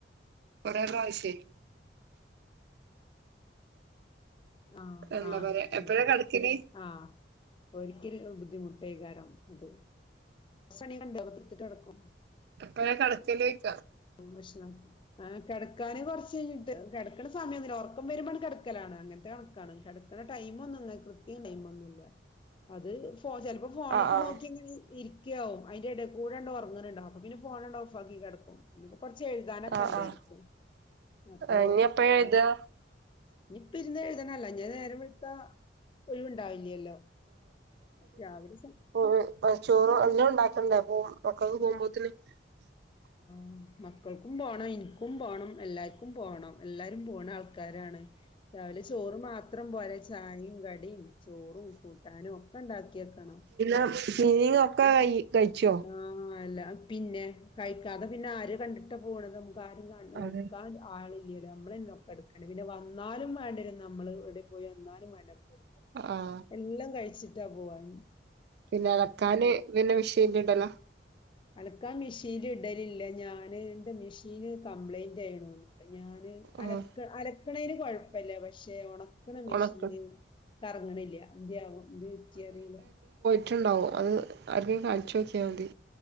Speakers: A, on the right (about 65°); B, on the left (about 30°).
A: ഓരോരൊ ആവശ്യേ
B: ആഹ്
A: എന്താ
B: ആഹ്
A: പറയാ എപ്പഴാ
B: എൻ
A: കടക്കല്
B: ആഹ് ഓൽക്കെര് ബുദ്ധിമുട്ടേകാരം ഇത് <unintelligible>
A: എപ്പളാ കടക്കലാേയ്ക്കാ
B: അതും പ്രശ്നാക്കി അങ്ങനെ കെടക്കാന് കാെറച്ച് കെയ്ഞ്ഞിട്ട് കിടക്കണ സമയൊന്നില്ല ഒറർക്കം വെരുമ്പണ്ട് കെട്ക്കലാണ് അങ്ങൻത്തെ കണക്കാണ് കെടക്ക്ണ ടൈമാെന്നും അങ്ങനെ കൃത്യം ടൈമാെന്നുല്യ അത് ഫോ ചെൽപം ഫോണക്ക്
A: ആഹ്
B: നോക്കി അങ്ങനെ ഇരിക്ക്യാവും ഐന്റെ എടെകൂടണ്ട് ഒറങ്ങ്ണ് ഇണ്ടാവും അപ്പാെ പിന്നെ ഫോണണ്ട് ഓഫാക്കി കെടക്കും ഇന്ന്പ്പൊ കൊറച്ച് എഴ്താനൊക്കെ
A: ആഹ്
B: ഇണ്ടേര്ക്കും
A: ആഹ്
B: അപ്പോ
A: ആഹ് ഇനി എപ്പഴാ എഴുതാ
B: ഇഞ്ഞ് ഇപ്പെര്ന്ന് എഴ്തണം അല്ലാഞാല് നേരം വെള്ത്താ ഒഴിവ്ണ്ടാവില്യല്ലോ രാവിലെ സമയം
A: ഉം ഉം ആഹ് ചോറും എല്ലതും ഇണ്ടാക്കണ്ടെ അപ്പോം മക്കൾക്ക് പോവുമ്പോത്തിന് <inaudible>
B: ഉം മക്കൾക്കും പോണം ഇനിക്കും പോണം എല്ലാര്ക്കും പോണം എല്ലാരും പോണ ആൾക്കാരാണ് രാവിലെ ചോറ് മാത്രം പോരേയ് ചായിം കടിം ചോറും കൂട്ടാനും ഒക്കെ ഇണ്ടാക്ക്യെക്കണം
A: അം സീങ്ങ്ഒക്കെ കൈ കഴിച്ചോ
B: ആഹ് അല്ലാപിന്നെ കഴിക്കാതെ പിന്നെ ആര് കണ്ട്ട്ടാ പോണത് നമുക്ക് ആരും കാണ് ഹ്
A: അതെ
B: ഇട്ക്കാ ആള് ഇല്യലോ ഇമ്മളെന്നെ ഒക്കെ ഇട്ക്കണേ പിന്നെ വന്നാലും വേണ്ടെരും നമ്മള് എവെടെ പോയി വന്നാലും വേണ്ടെ അപ്പുളും എട്ക്കാ
A: ആഹ്
B: എല്ലം കഴിച്ചിട്ടാ പോവാന്
A: പിന്നെ അലക്കാന് പിന്നെ മിഷീൻല് ഇടലാ
B: അലക്കാൻ മിഷീൻല് ഇടലില്ല ഞാന് ഇന്റെ മിഷീന് കംപ്ലൈന്റൈണു ഓന്ന്ണ് ഞാന് അലക്ക
A: ഉം
B: അലക്ക്ണൈന് കൊഴപ്പല്യ പക്ഷെ ഒണക്ക്ണ മിഷീന്
A: ഒണക്ക്
B: കറങ്ങ്ണ്ല്യ എൻന്ത്യെ ആവാെ എന്തേ വെറ്റിഅറീല്ല
A: ട്ട് ഇണ്ടാവും അത് ആർക്കെങ്കിലും കാൺച്ചോക്കിയാ മതി